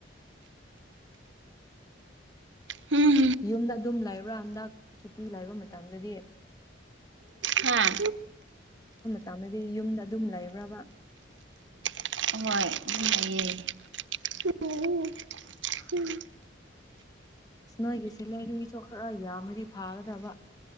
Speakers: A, on the right; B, on the left.
A: ꯍꯝ
B: ꯌꯨꯝꯗ ꯑꯗꯨꯝ ꯂꯩꯕ꯭ꯔꯥ ꯍꯟꯗꯛ ꯁꯨꯇꯤ ꯂꯩꯕ ꯃꯇꯝꯗꯗꯤ
A: ꯍꯥ
B: ꯌꯥꯝꯅꯗꯤ ꯌꯨꯝꯗ ꯑꯗꯨꯝ ꯂꯩꯕ꯭ꯔꯕꯥ
A: ꯍꯣꯏ ꯑꯗꯨꯝ ꯂꯩꯑꯦ
B: ꯅꯣꯏꯒꯤꯁꯤ ꯂꯔꯤꯁꯨ ꯈꯔ ꯌꯥꯝꯕꯗꯤ ꯐꯥꯒꯗꯕ